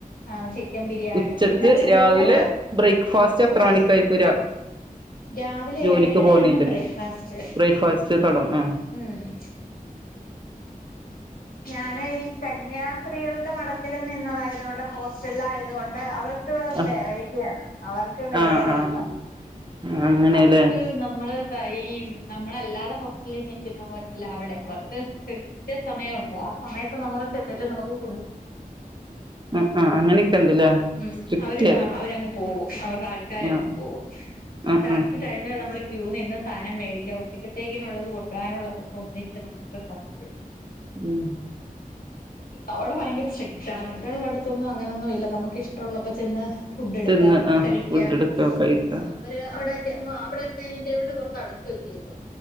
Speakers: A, on the left; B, on the right.
A: ആ ചിക്കൻ ബിരിയാണി
B: ഉച്ചക്ക്,
A: പിന്നെ ചോറ്
B: രാവിലെ, ബ്രെയ്ക്ക്ഫാസ്റ്റ്. എത്ര
A: അല്ല
B: ണിക്കാ. വരാ
A: രാവിലെ
B: ജോലിക്ക്
A: ഏഴര
B: പോന്നെന്റെ
A: ആവുമ്പം ബ്രേക്ക്ഫാസ്റ്റ്
B: ബ്രേക്ക്ഫാസ്റ്റ്, തടും, ആ,
A: ഉം ഞാനെ. ഈ, കന്യാസ്റീകളുടെ മഠത്തിൽ നിന്നതായതുകൊണ്ടും. ഹോസ്റ്റല ആയതുകൊണ്ട് അവർ ക്. വെ.
B: ആഹ്
A: വെറൈറ്റി വേണം. അവർക്ക് വേറെ
B: ആഹ് ആഹ്
A: ഇതാ
B: അങ്ങനെല്ലേ
A: അവർക്ക്. ഹ്.. നമ്മള് ഈ <unintelligible> നമ്മളല്ലാതെ ഹോസ്റ്റലിൽ നിൽക്കുന്ന പോലെല്ല. അവടെ. അവർക്ക് കൃത്യ സമയൊണ്ട്. ആ സമയത്ത് നമ്മള് ചെന്നില്ലേ. നമ്മക് ഫുഡ്
B: ആഹ് ആഹ് അങ്ങനെയൊക്കെ ഉണ്ടല്ലേ
A: മ്മ്.
B: സ്ട്രിക്റ്റ്
A: അവര്. അ. അവരങ്ങ് പോകും അവര്ടെ ആൾക്കാങ്ങ്.
B: ആഹ്
A: പോവും ആ,
B: ആഹ്
A: കറക്റ്റ്.
B: ആഹ്
A: ടൈമി നമ്മള് ക്യൂ നിന്ന് സാനംമേടിക്യ ഉച്ചക്കത്തേക്കിനു ഉള്ളത്. കൊണ്ടാനുള്ളത്. ഒന്നിച്ച് നമുക്ക് തന്നു വിടും
B: മ്മ്
A: അവടെ. ഭയങ്കര സ്ട്രെക്റ്റാ മറ്റുള്ള ടുത്തൊന്നും. അങ്ങനൊന്നും ഇല്ല നമ്മുക്ക് ഇഷ്ടമള്ളപ്പൊ ചെന്ന്... ഫുഡ്ടുക്കാം,
B: ചെന്ന് ആഹ്
A: കഴിക്യം.
B: ഫുഡ് എടുക്ക കഴിക്ക
A: ആ, വിടെവിടെ ഡൈനിംഗ ടേബിന്റെ പുറത്ത് അടച്ച വെച്ചേും ഇതൊ